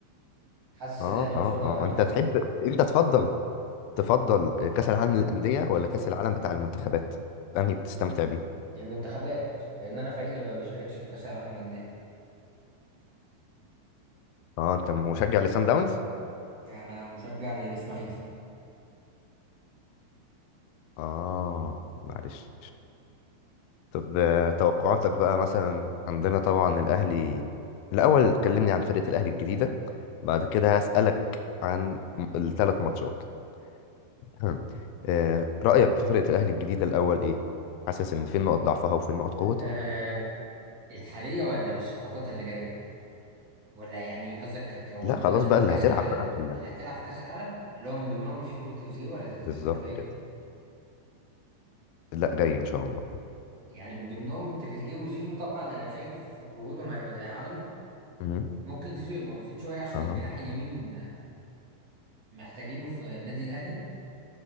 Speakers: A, on the right; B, on the left.
A: حاسس
B: اه
A: الاهلي مشواره
B: اه اه
A: هيبقى عامل
B: انت
A: ازاي
B: تحب انت تفضل تفضل كاس
A: اتفضل
B: العالم للانديه ولا كاس العالم بتاع المنتخبات انهي بتستمتع بيه
A: المنتخبات لان انا فريقي ما بيشاركش في كاس العالم للانديه
B: اه انت مشجع لسان داونز
A: يعني انا مشجع للاسماعيلي
B: اه معلش طب آه، توقعاتك بقى مثلا عندنا طبعا الأهلي الأول كلمني عن فرقة الأهلي الجديدة بعد كده هسألك عن الثلاث ماتشات <clears throat> آه، رأيك في فرقة الأهلي الجديدة الأول إيه؟ حاسس إن فين نقط ضعفها وفين نقط قوتها؟
A: أه الحاليه ولا بالصفقات اللي جايه ولا يعني قصدك ك- وهم
B: لا خلاص
A: داخلين
B: بقى اللي
A: كاس
B: هتلعب
A: العالم
B: بقى في ال-
A: اللي هتلعب في كاس العالم اللي هو من ضمنهم زيزو وتريزيجيه ولا تريزيجيه
B: بالظبط
A: مش جاي
B: كده لا جاي إن شاء الله
A: يعني من ضمنهم تريزيجيه وزيزو طبعا انا شايف وجودهم هيبقى زي عدمه
B: مم.
A: ممكن زيزو يبقى مفيد شويه عشان
B: أها
A: الجناح اليمين آه، محتاجينه في النادي الاهلي